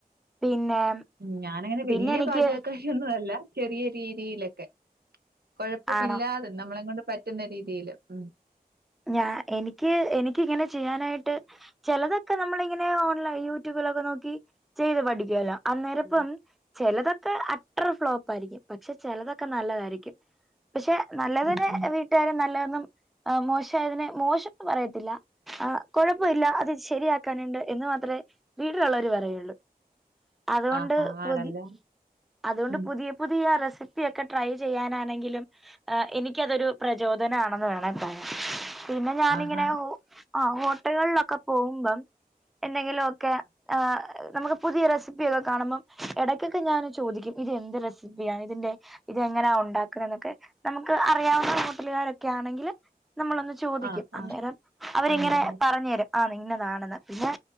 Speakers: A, in the centre; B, on the right (about 85°).
A: പിന്നെ
B: ഉം ഞാനങ്ങനെ
A: പിന്നെ
B: വലിയ
A: എനിക്ക്
B: പാചകക്കാരി ഒന്നും അല്ല ചെറിയ രീതിയിലൊക്കെ കൊഴപ്പമില്ലാതെ,
A: ആണോ
B: നമ്മളെ കൊണ്ട് പറ്റുന്ന രീതിയില് ഉം
A: ഞാ എനിക്ക് എനിക്കിങ്ങനെ ചെയ്യാനായിട്ട് ചെലതൊക്കെ നമ്മളിങ്ങനെ ഓൺലൈ യൂട്യൂബിലൊക്കെ നോക്കി ചെയ്ത് പഠിക്കേല്ലോ? അന്നേരപ്പം ചെലതൊക്കെ അട്ടർ ഫ്ലോപ്പായിരിക്കും പക്ഷെ ചെലതൊക്കെ നല്ലതായിരിക്കും. പക്ഷെ നല്ലതിനെ
B: ഉം ഉം
A: വീട്ടുകാര് നല്ലതന്നും ആഹ് മോശ് ശായതിനെ മോശംന്ന് പറയത്തില്ല. ആ കൊഴപ്പമില്ല അത് ശരിയാക്കാനുണ്ട് എന്ന് മാത്രേ വീട്ടിലുള്ളവര് പറയൊള്ളൂ. അതുകൊണ്ട്
B: ആഹാ
A: പുതി
B: ആണല്ലേ
A: അതുകൊണ്ട്
B: ഉം
A: പുതിയ പുതിയ റെസിപ്പിയൊക്കെ ട്രൈ ചെയ്യാനാണെങ്കിലും ആഹ് എനിക്കതൊരു പ്രചോദനാണെന്ന് വേണേ പറയാം. പിന്നെ ഞാാനിങ്ങനെ
B: ആഹാ
A: ഹോ ആ ഹോട്ടൽകളിലൊക്കെ പോകുമ്പം എന്തെങ്കിലൊ ക്കെ ആഹ് നമുക്ക് പുതിയ റെസിപ്പിയൊക്കെ കാണുമ്പം എടക്കൊക്കെ ഞാന് ചോദിക്കും ഇത് എന്ത് റെസിപ്പിയാണ് ഇതിന്റെ ഇതെങ്ങനാ ഉണ്ടാക്കുന്നെന്നൊക്കെ നമുക്ക് അറിയാവുന്ന ഹോട്ടലുകാരൊക്കെ ആണെങ്കിൽ നമ്മളൊന്ന് ചോദിക്കും.
B: ആഹ്
A: അന്നേരം
B: ആഹ്
A: അവരിങ്ങനെ
B: ആണല്ലേ
A: പറഞ്ഞു തരും. ആന്നിന്നതാണെന്ന്. പിന്നെ